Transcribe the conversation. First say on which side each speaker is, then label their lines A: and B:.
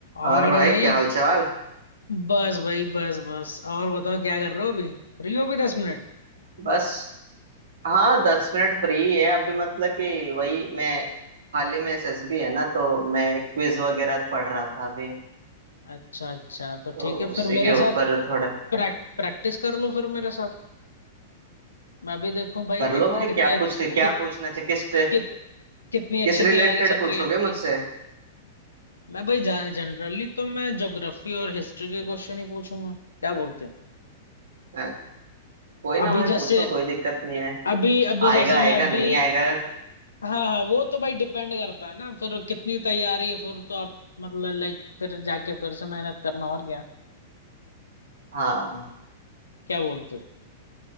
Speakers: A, on the left; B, on the right.
A: और
B: और भाई
A: भाई
B: क्या हाल चाल
A: बस भाई बस बस और बताओ क्या कर रहे हो अभी फ्री हो भी दस मिनट
B: बस हाँ दस मिनट फ्री है अभी मतलब कि वही मैं हाल ही में एसएसबी है ना तो मैं क्विज वगैरह पढ़ रहा था अभी
A: अच्छा अच्छा तो
B: तो
A: ठीक है
B: उसी
A: फिर मेरे
B: के
A: साथ
B: ऊपर थोड़े
A: प्रैक, प्रैक्टिस कर लो फिर मेरे साथ मैं भी देखूं भाई
B: कर
A: कितनी
B: लो भाई
A: कितनी
B: क्या
A: अच्छी
B: पूछ क्या
A: कित,
B: पूछना चाहिए किस
A: कित, कितनी अच्छी
B: किस रिलेटेड
A: तैयारी चल
B: पूछोगे
A: रही है आपकी
B: मुझसे
A: मैं भाई जनरली तो मैं ज्योग्राफी और हिस्ट्री के क्वेश्चन ही पूछूंगा क्या बोलते हो
B: अ, कोई ना
A: अभी
B: भाई
A: जैसे
B: पूछो कोई दिक्कत नहीं है
A: अभी अभी
B: आएगा
A: जैसे
B: आएगा
A: मैं अभी
B: नहीं आएगा
A: हाँ हाँ, वो तो भाई डिपेंड करता है ना फिर कितनी तैयारी है फिर तो आप मतलब लाइक फिर जाके फिर से मेहनत करना और क्या
B: हाँ
A: क्या बोलते हो